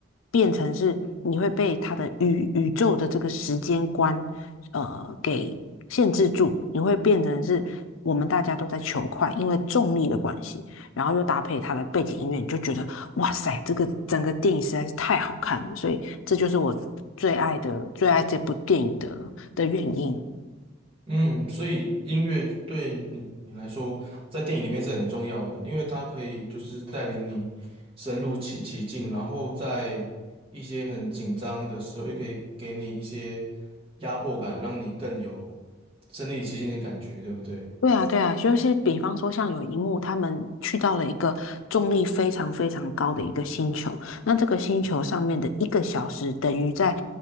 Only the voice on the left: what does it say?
变成是你会被它的宇宇宙的这个时间观，呃，给限制住，你会变成是我们大家都在求快，因为重力的关系。然后又搭配它的背景音乐，你就觉得哇塞，这个整个电影实在是太好看了，所以这就是我最爱的最爱这部电影的的原因。
对啊，对啊，就是比方说，像有一幕，他们去到了一个重力非常非常高的一个星球，那这个星球上面的一个小时等于在